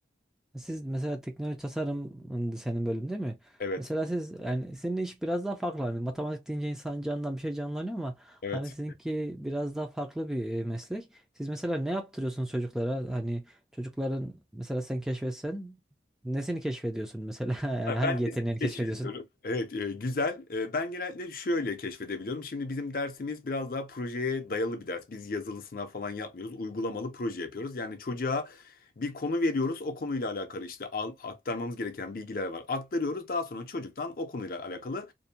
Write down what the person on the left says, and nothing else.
Evet,
evet.
Ben
de seni keşfediyorum.
Evet, e, güzel. E, ben genellikle şöyle keşfedebiliyorum. Şimdi bizim dersimiz biraz daha projeye dayalı bir ders. Biz yazılı sınav falan yapmıyoruz. Uygulamalı proje yapıyoruz. Yani çocuğa bir konu veriyoruz. O konuyla alakalı işte al- aktarmamız gereken bilgiler var. Aktarıyoruz. Daha sonra çocuktan o konuyla alakalı